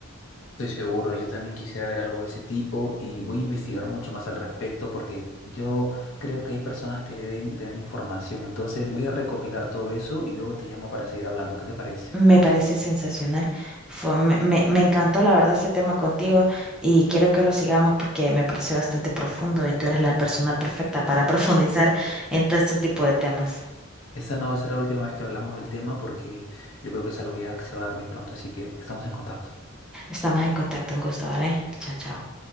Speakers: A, on the left; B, in the centre.
A: Estoy seguro, yo también quisiera ver algo de ese tipo y voy a investigar mucho más al respecto porque yo creo que hay personas que deben tener información. Entonces voy a recopilar todo eso y luego te llamo para seguir hablando. ¿Qué te parece?
B: Me parece sensacional. Fue- me, me- me encantó, la verdad, este tema contigo y quiero que lo sigamos porque me pareció bastante profundo y tú eres la persona perfecta para <laughs> profundizar en todo este tipo de temas.
A: Esta no va a ser la última vez que hablamos del tema porque yo creo que es algo ya que se va a dar muy pronto, así que estamos en contacto.
B: Estamos en contacto, un gusto, ¿vale? Chao, chao.